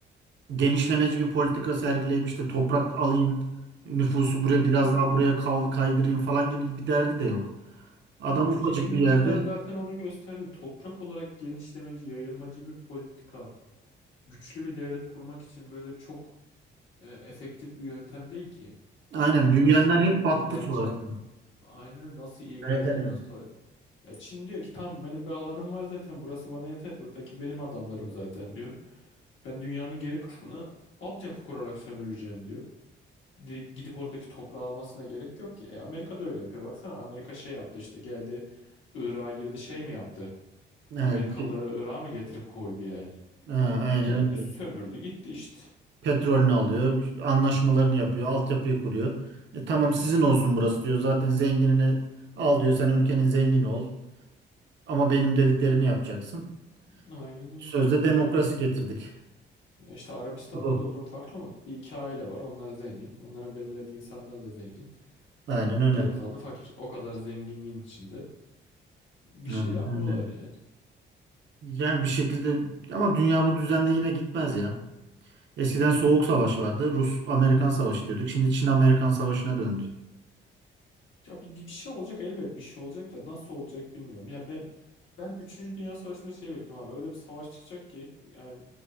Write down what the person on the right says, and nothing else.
genişlemeci bir politika sergileyip işte toprak alayım, nüfusu buraya
biraz
daha buraya kal- kaydırayım falan gibi bir derdi de yok. Adam
ufacık
bir yerde.
Aynen
büyüyenler
hep battı sonrasında.
Yönetemiyor.
Evet.
Ha, aynen
öyle.
Petrolünü alıyor, anlaşmalarını yapıyor, altyapıyı kuruyor. E, tamam sizin olsun burası diyor. Zaten zenginini al diyor. Sen ülkenin zengini ol. Ama benim dediklerimi yapacaksın.
Sözde demokrasi getirdik.
Bu.
Aynen öyle.
Aynen
öyle.
Yani bir şekilde ama dünya bu düzende yine gitmez ya. Eskiden Soğuk Savaş vardı. Rus-Amerikan Savaşı diyorduk. Şimdi Çin-Amerikan Savaşı'na döndü.